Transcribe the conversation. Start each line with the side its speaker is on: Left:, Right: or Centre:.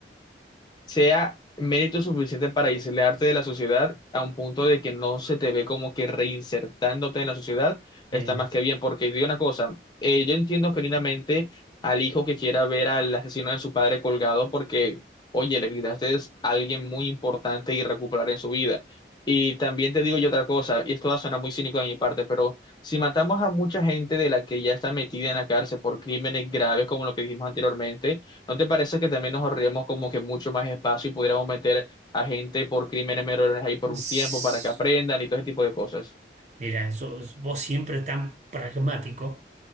Left: sea mérito suficiente para aislarte de la sociedad a un punto de que no se te ve como que reinsertándote en la sociedad, está
Right: Sí.
Left: más que bien, porque digo una cosa, eh, yo entiendo genuinamente al hijo que quiera ver al asesino de su padre colgado porque, oye, le quitaste es alguien muy importante y recuperar en su vida. Y también te digo yo otra cosa, y esto va a sonar muy cínico de mi parte, pero si matamos a mucha gente de la que ya está metida en la cárcel por crímenes graves como lo que dijimos anteriormente, ¿No te parece que también nos ahorraríamos como que mucho más espacio y pudiéramos meter a gente por crímenes menores ahí por
Right: Sí.
Left: un tiempo para que aprendan y todo ese tipo de cosas?
Right: Mira, sos- vos siempre tan pragmático